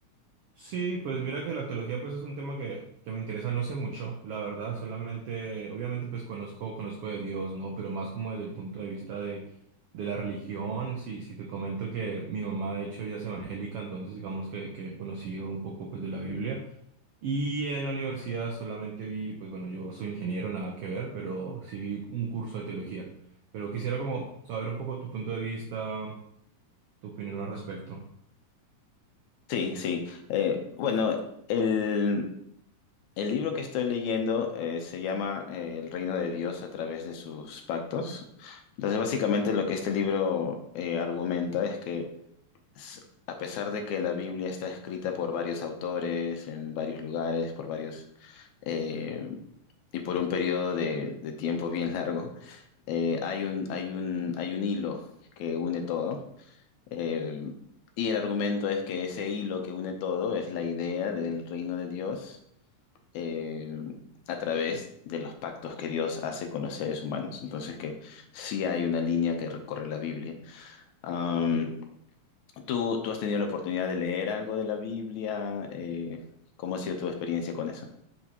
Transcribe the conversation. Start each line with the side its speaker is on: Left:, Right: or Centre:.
Right: Sí, pues mira que la teología pues es un tema que, que me interesa no sé mucho, la verdad, solamente, obviamente pues conozco, conozco de Dios, ¿no? Pero más como desde el punto de vista de, de la religión, si, si te comento que mi mamá de hecho ya es evangélica, entonces digamos que, que he conocido un poco pues de la Biblia. Y en la universidad solamente vi, pues bueno, yo soy ingeniero, nada que ver, pero sí vi un curso de teología. Pero quisiera como saber un poco tu punto de vista, tu opinión al respecto.
Left: sí, sí. Eh, bueno, El libro que estoy leyendo eh, se llama eh, El reino de Dios a través de sus pactos. Entonces, básicamente lo que este libro eh, argumenta es que s- a pesar de que la Biblia está escrita por varios autores, en varios lugares, por varios eh, y por un periodo de, de tiempo bien largo, eh, hay un, hay un, hay un hilo que une todo. eh, y el argumento es que ese hilo que une todo es la idea del reino de Dios eh, a través de los pactos que Dios hace con los seres humanos. Entonces que sí hay una línea que recorre la Biblia. Am, ¿tú, tú has tenido la oportunidad de leer algo de la Biblia? Eh, ¿cómo ha sido tu experiencia con eso?